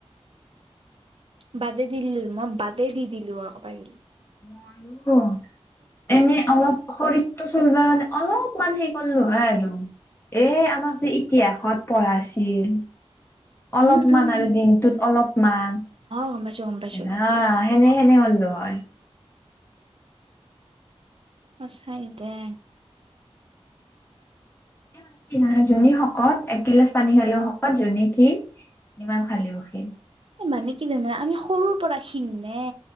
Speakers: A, on the right; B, on the left.
A: বাদে দি দিলো মই বাদে দি দিলো আক পাইল
B: মইয়ো এনেই অলপ সৰি টো চলব মানে অলপমান হে কৰলো হয় আৰু এ আমাক যে ইতিহাসত পঢ়া ছিল অলপমান
A: উম উম
B: আৰু
A: উম
B: দিনটোত অলপমান
A: অ গম পাইছো গম পাইছো
B: এনহা সেনে সেনে হল্লো হয়
A: সচাই দে
B: মানে কি নহয় যোনী শকত একগিলাচ পানী খালো শকত যোনে খিন সিমান খালেও খিন
A: মানে কি জানা আমি সৰুৰ পৰা ক্ষীন নে